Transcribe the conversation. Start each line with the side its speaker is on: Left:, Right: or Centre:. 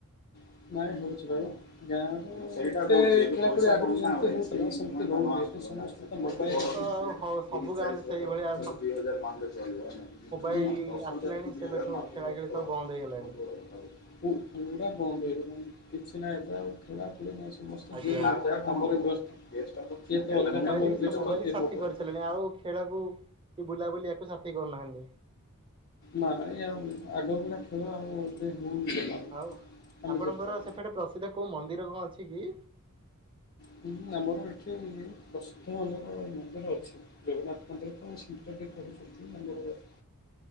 Left: ନାଇଁ ହଉଛି ବା ଏବେ ଗାଁ ରେ ଏତେ ଖେଳ ପଡ଼ିଆ ଆଗରୁ ଯେମିତି ହଉଥିଲା ସେମିତି ହଉନି
Right: ନାଇଁ
Left: ତିରିଶ
Right: ସେଇଟା ତ
Left: ଚାଳିଶ
Right: ଆଉ ହ
Left: ହଜାର
Right: ସବୁ
Left: ଖର୍ଚ୍ଚ
Right: ଗାଁରେ
Left: ତ
Right: ସେଇଭଳିଆ
Left: ଦୁଇ ହଜାର ମାରଲେ ଚଳିବ ହେଲା
Right: ଲ
Left: ଦଶ
Right: ଆସିଲାଣି
Left: ହଜାରକୁ ଦୁଇ
Right: ସେବେଠୁ
Left: ହଜାର ମାରିଦେଲେ
Right: ଖେଳା ଖେଳି ସବୁ ବନ୍ଦ।
Left: <unintelligible>
Right: ହେଇଗଲାଣି।
Left: <unintelligible>
Right: ଆଜ୍ଞା ମୋବାଇଲ କି ମୋବାଇଲ ସାଥି କରିସାରିଲେଣି ଆଉ ଖେଳକୁ କି ବୁଲାବୁଲି କୁ କାହାକୁ ସାଥି କରୁନାହାନ୍ତି?
Left: ନାହିଁ ଆଉ ଆଗ ଭଳିଆ ଖେଳ ଆଉ। ହଉନି ଜମାରୁ।
Right: ଆଉ
Left: ଆମେ
Right: ଆପଣଙ୍କର
Left: ଯେତେ
Right: ସେପଟେ ପ୍ରସିଦ୍ଧ କୋଉ ମନ୍ଦିର କଣ ଅଛି କି?
Left: ହୁଁ ଆମର ଏଠି ପ୍ରସିଦ୍ଧ ଆମର ମନ୍ଦିର ଅଛି, ଜଗନ୍ନାଥ ମନ୍ଦିର ତ ସେମିତି <unintelligible>